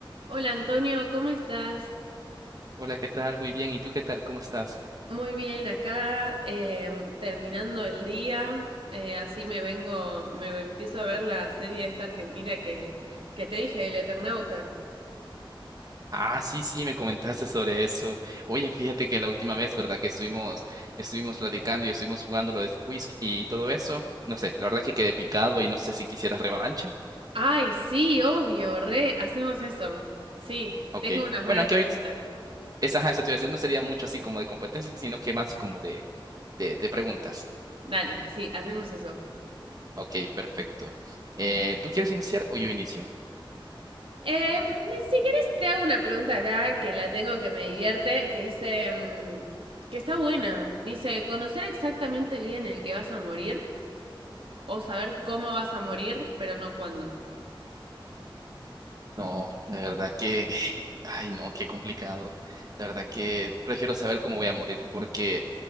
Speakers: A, on the right; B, on the right.
A: Hola Antonio, ¿cómo estás?
B: Hola, ¿qué tal? Muy bien. ¿Y tú qué tal? ¿Cómo estás?
A: Muy bien, acá em, terminando el día, eh, así me vengo, me empiezo a ver la serie esta argentina que, que te dije, El Eternauta.
B: Ah, sí, sí, me comentaste sobre eso. Oye, fíjate que la última vez, ¿verdad? Que estuvimos, estuvimos platicando y estuvimos jugando lo de Whisk y todo eso. No sé, la verdad es que quedé picado y no sé si quisieras revancha.
A: Ay, sí, obvio, re, hacemos eso. Sí,
B: Ok.
A: tengo unas buenas
B: Bueno, aunque
A: preguntas.
B: hoy esa ajá, esa situación no sería mucho así como de competencia, sino que más como de, de, de preguntas.
A: Dale, sí, hacemos eso.
B: Ok, perfecto. Eh, ¿tú quieres iniciar o yo inicio?
A: Eh, si quieres te hago una pregunta acá que la tengo que me divierte, que dice, mm, que está buena. Dice, ¿conocer exactamente el día en el que vas a morir? O saber cómo vas a morir, pero no cuándo.
B: No, de verdad que, ay no, qué complicado. De verdad que prefiero saber cómo voy a morir porque,